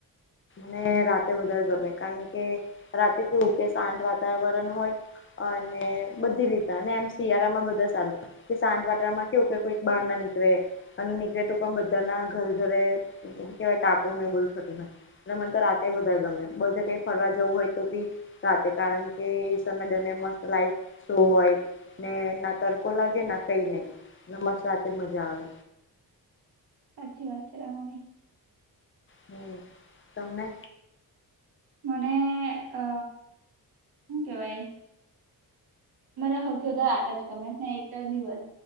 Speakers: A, on the left; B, on the right.
A: ને રાતે વધારે ગમે, કારણ કે રાતે કેુંકે શાંત વાતાવરણ હોય. અને બધી લીધા અને એમ શિયાળામાં બધા સારું. કે શાંત વાતાવરણમાં કેવું કે, કોઈક બહાર ના નીકળે, અને નીકળે તો, પણ બધાના ઘર ઘરે કેહેવાય તાપું ન બોલ, થોતું હોય. અતર રાતે બધા ગમે, બધે કઈ ફરવા જવું હોય, તો બી સાથે કારણ કે, એ સમય દરિયા મસ્ત લાઈક શો હોય. ને ના, તડકો લાગે ના, કઈ નઈ મ મજા આવે.
B: સાચી વાત છે તમારી.
A: હમ, તમને
B: મને અ શું કેવાય. મને સૌથી વધારે આટ જ ગમેને, એક દિવસ